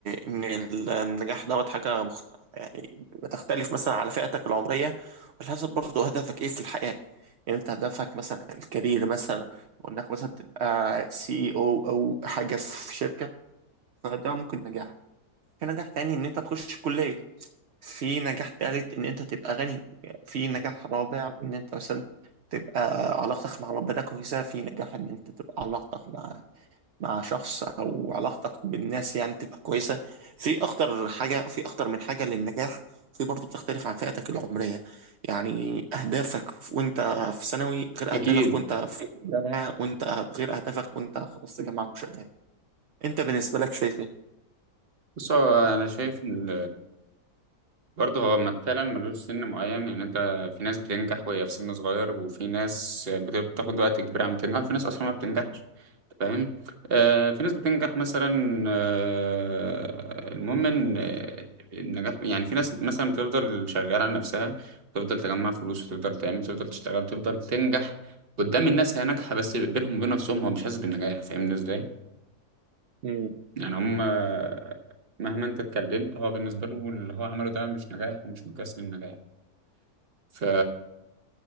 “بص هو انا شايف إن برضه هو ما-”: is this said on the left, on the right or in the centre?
Right